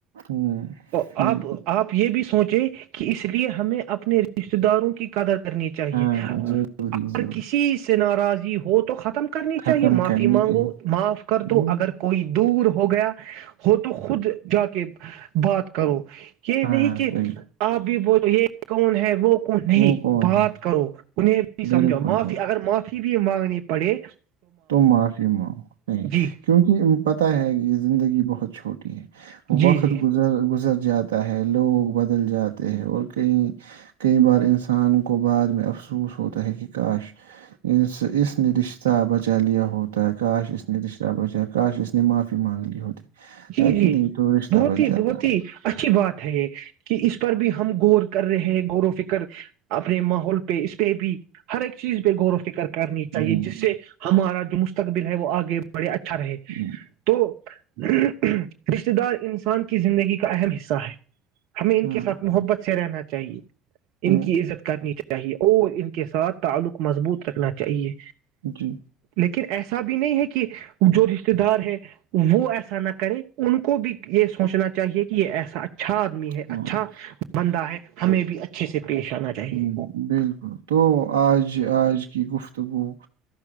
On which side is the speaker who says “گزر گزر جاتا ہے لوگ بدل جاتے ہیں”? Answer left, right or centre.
Right